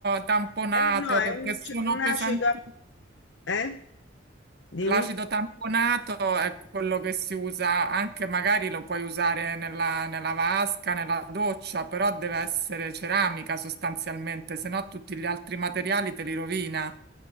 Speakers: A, on the right; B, on the left.
A: tamponato,
B: È un, no, è
A: perché
B: un,
A: sono
B: ce- un
A: pesanti.
B: acido, a- eh? Dimmi.
A: L'acido tamponato è quello che si usa anche, magari lo puoi usare nella, nella vasca, nella doccia, però deve essere ceramica sostanzialmente, se no tutti gli altri materiali te li rovina.